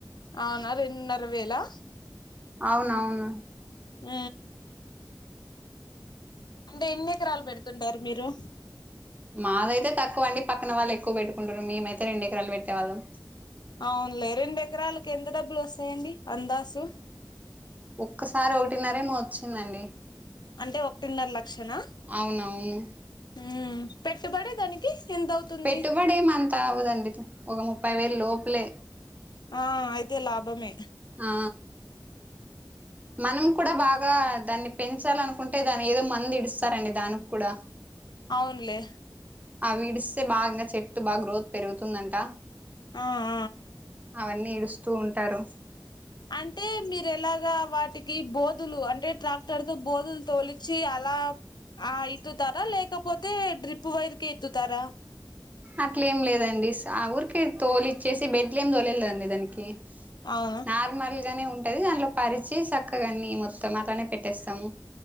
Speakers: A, on the left; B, on the right.
A: అవునా రెండున్నర వేలా
B: అవునవును
A: ఊ. అంటే ఎన్ని ఎకరాలు పెడుతుంటరు మీరు
B: మాదైతే తక్కువ అండి పక్కన వాళ్ళు ఎక్కువ పెట్టుకుంటరు మేమైతే రెండు ఎకరాలు పెట్టేవాళ్ళం
A: అవునులే రెండు ఎకరాలకు ఎంత డబ్బులు వస్తాయండి అందాసు
B: ఒక్కసారి ఒకటిన్నరేమో వచ్చిందండి.
A: అంటే ఒకటిన్నర లక్షలు నా
B: అవునవును
A: ఉమ్ పెట్టుబడి దానికి ఎంత అవుతుంది
B: పెట్టుబడి ఏం అంత అవ్వదండి. ఒక ముప్పై వేలు లోపలే
A: ఆ అయితే లాభమే
B: ఆ మనం కూడా బాగా దాన్ని పెంచాలనుకుంటే దాన్ని ఏదో మందు ఇడుస్తారండి దానికి కూడా
A: అవునులే
B: ఆ విడిస్తే బాగా చెట్టు బాగా గ్రోత్ పెరుగుతుందంట
A: ఆ ఆ
B: అవన్నీ ఇడుస్తూ ఉంటారు
A: అంటే మీరు ఎలాగా వాటికి బోదులు అంటే ట్రాక్టర్ తో బోదులు తోలిచ్చి అలా ఆ ఇతుతారా లేకపోతే డ్రిప్ వైర్ కె ఇతుతారా
B: అట్లేం లేదండి స ఊరికే తోలిచ్చేసి బెడ్లు ఏం తోలియలేదండి దానికి
A: అవునా
B: నార్మల్ గనే ఉంటది దానిలో పరిచి చక్కగా అన్ని మొత్తం అట్లనే పెట్టేస్తము.